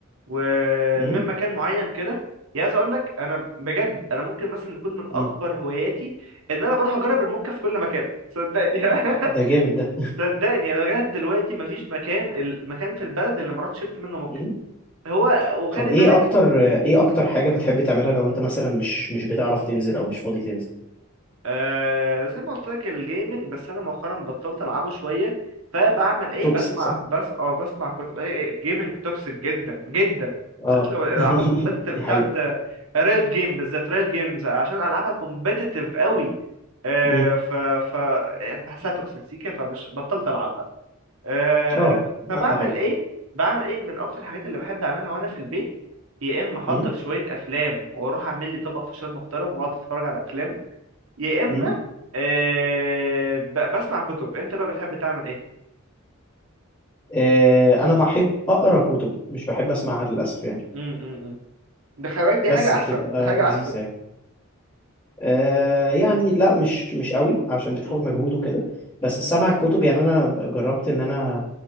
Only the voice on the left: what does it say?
امم
امم
ده جامد ده
<laughs>
طب ايه
اكتر ايه اكتر حاجة بتحب تعملها لو انت مثلا مش مش بتعرف تنزل او مش فاضي تنزل
توكسيك
صح
اه
<laughs>
دي
حقيقة
امم
اه
احلى حاجة
امم
امم
آه انا بحب اقرا كتب مش بحب اسمعها للاسف يعني
بس
بتبقى
لذيذة
يعني آه يعني لا مش مش قوي عشان بتاخد
مجهود وكده بس
سمع الكتب يعني انا جربت ان انا